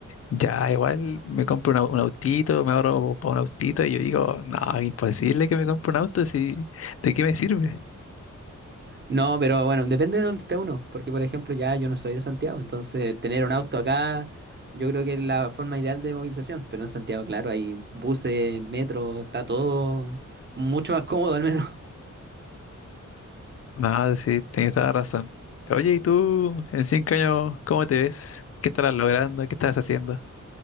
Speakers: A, on the left (about 55°); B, on the right (about 35°).
A: ya igual me compro un, au- un autito, me ahorro para un autito, y yo digo, no, imposible que me compre un auto, si, ¿de qué me sirve?
B: No, pero bueno, depende de dónde esté uno. Porque, por ejemplo, ya yo no soy de Santiago. Entonces, tener un auto acá, yo creo que es la forma ideal de movilización. Pero en Santiago, claro, hay buses, metro, está todo mucho más cómodo al menos.
A: No, sí, tienes toda la razón. Oye, ¿y tú en cinco años cómo te ves? ¿Qué estarás logrando? ¿Qué estás haciendo?